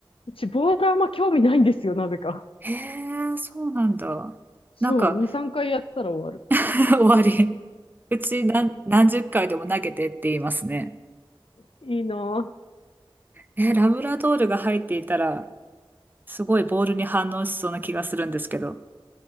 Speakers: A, on the left; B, on the right.
A: うち、ボーラーあんま興味ないんですよ、なぜか。
B: へえ、そうなんだ。
A: そう、
B: なんか、
A: 2、3回やったら終わる。
B: <laughs> 終わり。<laughs> うち何、何十回でも投げてって言いますね。
A: <laughs> いいな
B: えー、ラブラドールが入っていたら、すごいボールに反応しそうな気がするんですけど。